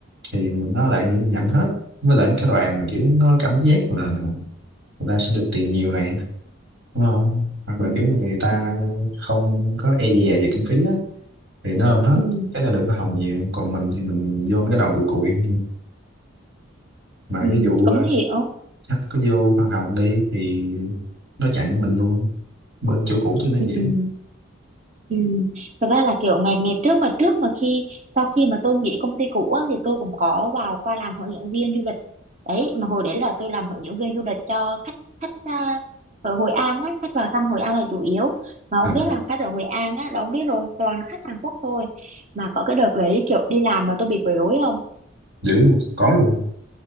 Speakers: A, on the right (about 60°); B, on the right (about 35°).
A: thì nó lại nhận hết với lại mấy cái đoàn mà kiểu nó cảm giác là người ta sẽ được tiền nhiều này đúng không hoặc
B: ừ
A: là kiểu người ta
B: ừ
A: không có e dè về kinh phí á thì nó ôm hết
B: ừ,
A: cái này được hoa hồng nhiều còn mình thì mình vô mấy cái đoàn cùi cùi mà
B: ừ.
A: ví dụ
B: cũng
A: ờ,
B: hiểu
A: khách có vô hoa hồng đi thì nó chặn mình luôn bên chỗ cũ tôi nó gì
B: ừ
A: á
B: Ừ. Thật ra là kiểu ngày ngày trước mà trước mà khi sau khi mà tôi nghỉ công ty cũ á, thì tôi cũng có vào qua làm hướng dẫn viên du lịch đấy mà hồi đấy là tôi làm hướng dẫn viên du lịch cho khách khách à, ở Hội An á khách vào thăm Hội An là chủ yếu mà ông
A: à,
B: biết là khách ở Hội An á là ông biết rồi toàn là khách Hàn Quốc thôi mà có cái đợt đấy kiểu đi làm mà tôi bị quấy rối không
A: dữ luôn có luôn